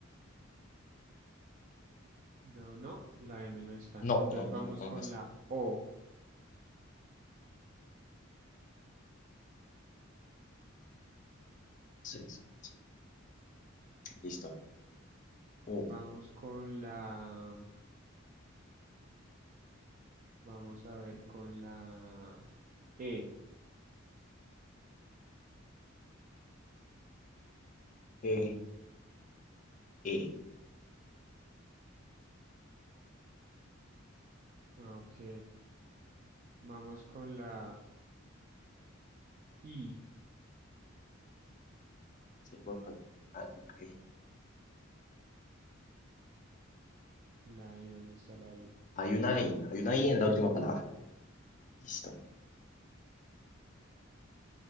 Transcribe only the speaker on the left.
No,
no,
no, no,
no está.
Sí, sí, sí. Listo. Oh,
E, E,
sí, por cal- ah, ok.
Hay una I, hay una I en la última palabra. Listo.